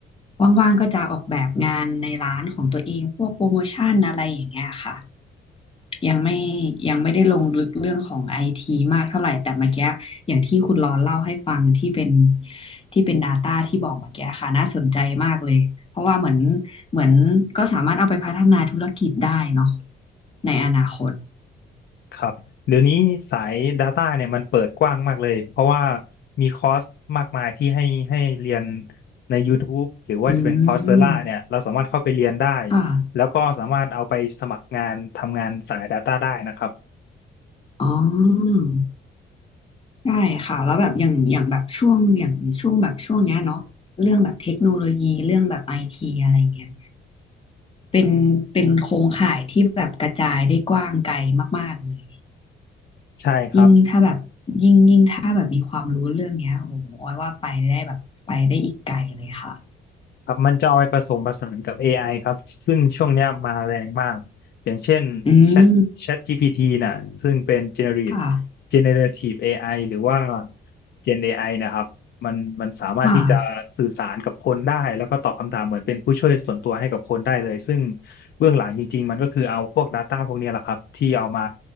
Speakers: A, on the left; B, on the left.
A: ว่างๆก็จะออกแบบงานในร้านของตัวเองพวกโปรโมชั่นอะไรอย่างเงี้ยค่ะ ยังไม่ยังไม่ได้ลงลึกเรื่องของไอทีมากเท่าไหร่แต่เมื่อกี้อย่างที่คุณรอนเล่าให้ฟังที่เป็นที่เป็น Data ที่บอกเมื่อกี้ค่ะน่าสนใจมากเลยเพราะว่าเหมือนเหมือนก็สามารถเอาไปพัฒนาธุรกิจได้เนาะในอนาคต
B: ครับเดี๋ยวนี้สาย Data เนี่ยมันเปิดกว้างมากเลยเพราะว่ามีคอร์สมากมายที่ให้ให้เรียนใน YouTube หรือว่าจะเป็นคอร์สเซอร่าเนี่ยเราสามารถเข้าไปเรียนได้
A: อืมค่ะ
B: แล้วก็สามารถเอาไปสมัครงานทำงานสาย Data ได้นะครับ
A: อ๋อ ใช่ค่ะแล้วแบบอย่างอย่างแบบช่วงอย่างช่วงแบบช่วงเนี้ยเนาะเรื่องแบบเทคโนโลยีเรื่องแบบไอทีอะไรเงี้ยเป็นเป็นโครงข่ายที่แบบกระจายได้กว้างไกลมากๆเลย
B: ใช่ครับ
A: ยิ่งถ้าแบบยิ่งยิ่งถ้าแบบมีความรู้เรื่องเนี้ยโอ้โหออยว่าไปได้แบบไปได้อีกไกลเลยค่ะ
B: ครับมันจะเอาไปผสมผสานกับ AI ครับซึ่งช่วงเนี้ยมาแรงมากอย่างเช่น
A: อืม
B: Chat Chat GPT น่ะซึ่งเป็น generative
A: ค่ะ
B: generative AI หรือว่า Gen AI นะครับมันมันสามารถที่จะสื่อสารกับคนได้แล้วก็ตอบคำถามเหมือนเป็นผู้ช่วยส่วนตัวให้กับคนได้เลยซึ่ง
A: ค่ะ
B: เบื้องหลังจริงๆมันก็คือเอาพวก Data พวกเนี้ยแหละครับที่เอามา